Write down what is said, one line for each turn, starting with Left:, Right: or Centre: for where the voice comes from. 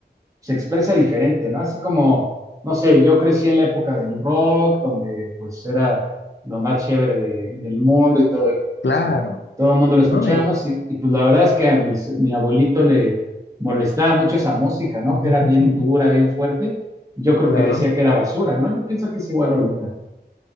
Right: se expresa diferente, ¿no? Así como, no sé, yo crecí en la época del rock, donde pues era lo más chévere de- del mundo y todo, o
Left: claro,
Right: sea, todo el mundo lo escuchábamos
Left: ¿no? Y-
Right: y, y, pues la verdad es que a mis- mi abuelito le molestaba mucho esa música, ¿no?
Left: <laughs>
Right: Que era bien dura, bien fuerte. Yo creo
Left: claro.
Right: que decía que era basura, ¿no? Yo pienso que es igual ahorita.